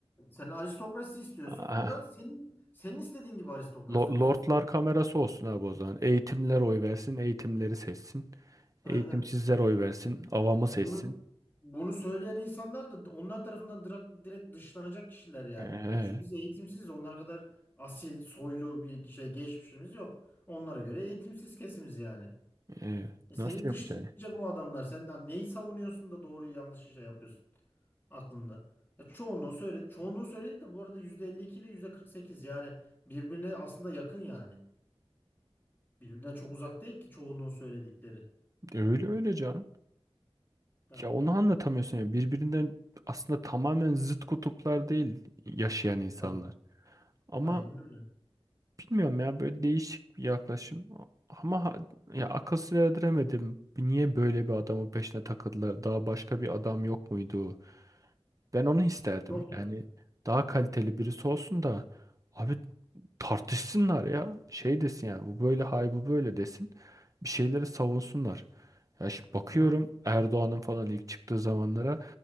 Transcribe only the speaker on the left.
Sen aristokrasi istiyorsun.
O da senin senin istediğin gibi aristokrasi
olsun.
Aynen.
Bunu
bunu söyleyen insanlar da onlar tarafından direkt, direkt dışlanacak kişiler yani.
Çünkü biz eğitimsiziz. Onlar kadar asil, soylu bir şey geçmişimiz yok. Onlara göre eğitimsiz kesimiz yani.
E seni
dışlayacak
o adamlar. Sen lan neyi savunuyorsun da doğruyu yanlışı şey yapıyorsun aklında. Ya çoğunluğu söyle, çoğunluğu söyledi de bu arada %52 ile %48 yani birbirine aslında yakın yani. Birbirinden çok uzak değil ki çoğunluğun söyledikleri.
Yani,
tabii,
aynen öyle.
Yok
ya.
O,